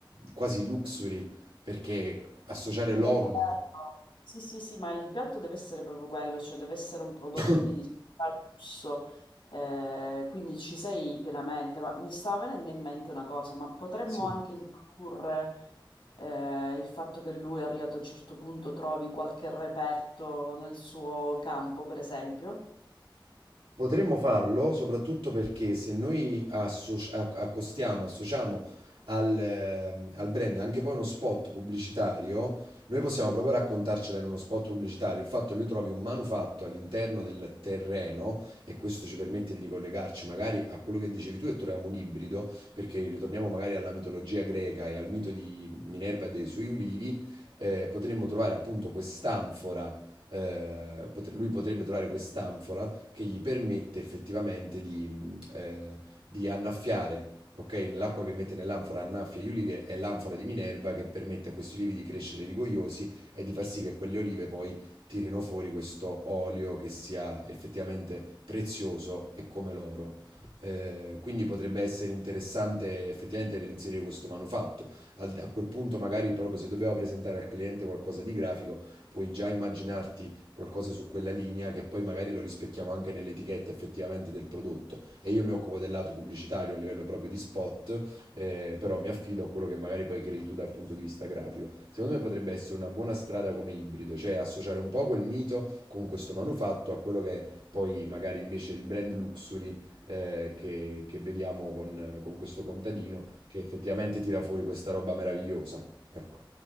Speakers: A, on the right (about 90°); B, on the left (about 75°).
A: quasi luxury, perché associare
B: Ed
A: l'olio...
B: è quello. Sì, sì, sì, ma l'impianto deve essere proprio quello, cioè deve essere un prodotto
A: <coughs>
B: di lusso, eh, quindi ci sei pienamente. Ma mi stava venendo in mente una cosa, ma potremmo
A: Sì.
B: anche introdurre eh, il fatto che lui è arrivato a un certo punto, trovi qualche reperto nel suo campo, per esempio?
A: Potremmo farlo soprattutto perché se noi associ- a- accostiamo, associamo al, ehm, al brand anche poi uno spot pubblicitario, noi possiamo proprio raccontarcela in uno spot pubblicitario. Il fatto che lui trovi un manufatto all'interno del terreno e questo ci permette di ricollegarci magari a quello che dicevi tu e troviamo un ibrido, perché ritorniamo magari alla mitologia greca e al mito di Minerva e dei suoi ulivi, eh, potremmo trovare appunto quest'anfora, eh, pot- lui potrebbe trovare quest'anfora che gli permette effettivamente di, mh, eh, di annaffiare. Ok, l'acqua che mette nell'anfora annaffia gli ulivi è l'anfora di Minerva che permette a questi ulivi di crescere rigogliosi e di far sì che quelle olive poi tirino fuori questo olio che sia effettivamente prezioso e come l'oro. Eh, quindi potrebbe essere interessante effettivamente inserire questo manufatto. Al- a quel punto, magari proprio se dobbiamo presentare al cliente qualcosa di grafico, puoi già immaginarti qualcosa su quella linea che poi magari lo rispecchiamo anche nell'etichetta effettivamente del prodotto. E io mi occupo del lato pubblicitario a livello proprio di spot, eh, però mi affido a quello che magari poi crei tu dal punto di vista grafico. Secondo me potrebbe essere una buona strada come ibrido, cioè associare un po' quel mito con questo manufatto a quello che è poi magari invece il brand luxury eh, che, che vediamo con, con questo contadino che effettivamente tira fuori questa roba meravigliosa. Ecco.